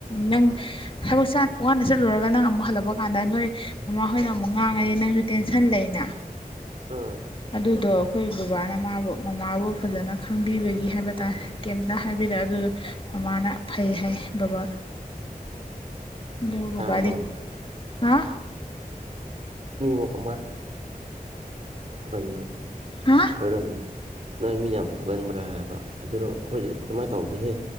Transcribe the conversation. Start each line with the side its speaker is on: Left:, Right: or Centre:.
Left: ꯅꯪ ꯊꯕꯛ ꯋꯥꯅ ꯆꯠꯂꯨꯔꯒ ꯅꯪ ꯑꯃꯨꯛ ꯍꯜꯂꯛꯄ ꯀꯥꯟꯗ ꯅꯣꯏ ꯃꯃꯥꯍꯣꯏꯅ ꯑꯃꯨꯛ ꯉꯥꯡꯉꯅꯤ ꯅꯪꯁꯨ ꯇꯦꯟꯁꯟ ꯂꯩꯅ
Right: ꯑꯥ
Left: ꯑꯗꯨꯗꯣ ꯑꯩꯈꯣꯏ ꯕꯕꯥꯅ ꯃꯥꯕꯨ ꯃꯃꯥꯕꯨ ꯐꯖꯅ ꯈꯪꯕꯤꯕꯒꯤ ꯍꯥꯏꯕ ꯇꯥꯔꯦ ꯀꯩꯝꯇ ꯍꯥꯏ ꯍꯥꯏꯕꯤꯔꯛ ꯑꯗꯨꯗ ꯃꯃꯥꯅ ꯐꯩ ꯍꯥꯏ ꯕꯕꯥꯗꯣ ꯗꯒꯣꯕꯥꯗꯤ
Right: ꯇꯥꯕ꯭ꯔꯣ
Left: ꯍꯥ
Right: ꯃꯤꯄꯣꯏ ꯃꯤ
Left: ꯍꯥ
Right: ꯀ ꯍꯔ ꯅꯣꯏ ꯃꯤ ꯌꯥꯝ ꯐꯨꯒꯟꯕ꯭ꯔꯥ ꯍꯥꯏꯕ ꯑꯗꯨꯗꯣ ꯑꯩꯈꯣꯏꯁꯨ ꯑꯗꯨꯃꯥꯏꯅ ꯇꯧꯗꯤꯍꯦ